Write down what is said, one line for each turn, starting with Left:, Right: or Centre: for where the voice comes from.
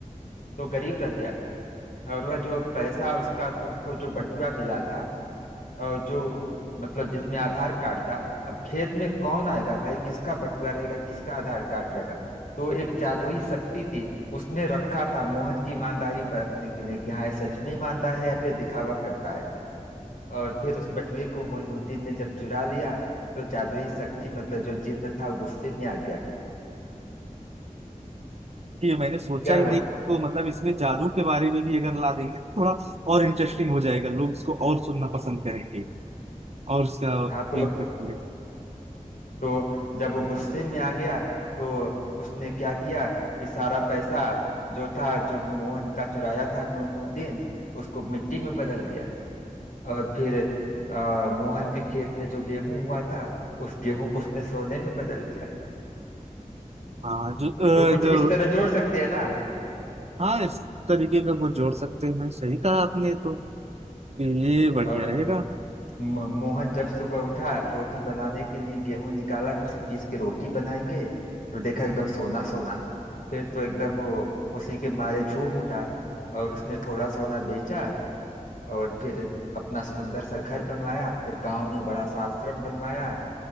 Left: तो गरीब रह गया और वह जो पैसा उसका उसको जो बटुआ मिला था और जो मतलब जिसमें आधार कार्ड था अब खेत में कौन आएगा भाई किसका बटुआ रहेगा किसका आधार कार्ड रहेगा तो एक जादुई शक्ति थी उसने रखा था मोहन की ईमानदारी परखने के लिए कि हाँ ये सच में ईमानदार है या फिर दिखावा करता है और फिर उस बटुए को मोहिनुद्दीन ने जब चुरा लिया तो जादुई शक्ति मतलब जो जिन्न था वो गुस्से में आ गया
Right: ये मैंने सोचा
Left: क्या
Right: ही
Left: हुआ
Right: नहीं कि इसको मतलब इसमें जादू के बारे में भी अगर ला देंगे तो थोड़ा और इंटरेस्टिंग हो जाएगा लोग इसको और सुनना पसंद करेंगे और उसका
Left: हाँ तो
Right: benefit लेंगे।
Left: तो जब वो गुस्से में आ गया तो उसने क्या किया कि सारा पैसा जो था जो मोहन का चुराया था मोइनुद्दीन उसको मिट्टी में बदल दिया और फिर अ, मोहन के खेत में जो गेहूं हुआ था उस गेहूं को उसने सोने में बदल दिया
Right: हाँ जो अ,
Left: तो कुछ
Right: जो
Left: इस तरह जोड़ सकते हैं ना
Right: हाँ इस तरीके का वो जोड़ सकते हैं सही कहा आपने तो ये बढ़िया
Left: और
Right: रहेगा
Left: म- मोहन जब सुबह उठा रोटी बनाने के लिए गेहूं निकाला कुछ पीस के रोटी बनाएंगे तो देखा एकदम सोना सोना फिर तो एकदम वो खुशी के मारे झूम उठा और उसने थोड़ा सोना बेचा और फिर अपना सुंदर सा घर बनवाया फिर गांव में बड़ा सा आश्रम बनवाया